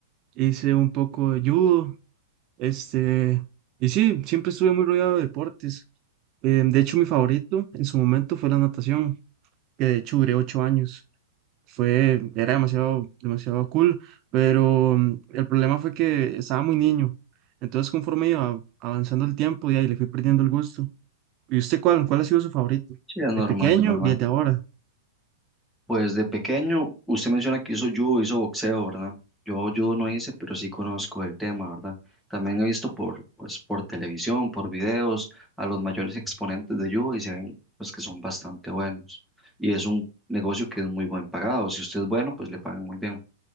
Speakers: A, on the right; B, in the centre.
A: hice un poco de judo. Este, y sí, siempre estuve muy rodeado de deportes. Eh, de hecho, mi favorito en su momento fue la natación, que de hecho duré ocho años. fue, era demasiado, demasiado cool, pero mm, el problema fue que estaba muy niño. Entonces, conforme iba avanzando el tiempo, y ahí le fui perdiendo el gusto. ¿Y usted cuál, cuál ha sido su favorito?
B: Sí, es
A: ¿De
B: normal,
A: pequeño
B: es normal.
A: y de ahora?
B: Pues de pequeño, usted menciona que hizo judo, hizo boxeo, ¿verdad? Yo judo no hice, pero sí conozco el tema, ¿verdad? También he visto por, pues, por televisión, por videos, a los mayores exponentes de judo y se ven, pues, que son bastante buenos. Y es un negocio que es muy buen pagado. Si usted es bueno, pues le pagan muy bien.